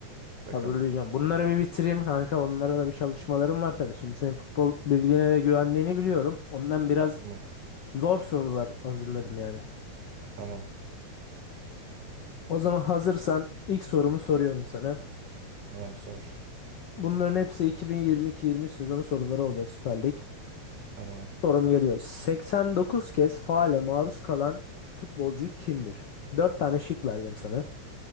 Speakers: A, on the right; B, on the left.
A: bakalım.
B: Hazırlayacağım. Bunları bir bitireyim kanka. Onlara da bir çalışmalarım var tabii. Şimdi senin futbol bilgine de güvendiğini biliyorum. Ondan biraz
A: Tamam.
B: zor sorular hazırladım yani.
A: Tamam.
B: O zaman hazırsan ilk sorumu soruyorum sana.
A: Tamam sor.
B: Bunların hepsi 2022-23 sezonu soruları olacak Süper Lig.
A: Tamam.
B: Sorum geliyor. 89 kez faale maruz kalan futbolcu kimdir? 4 tane şık vereceğim sana.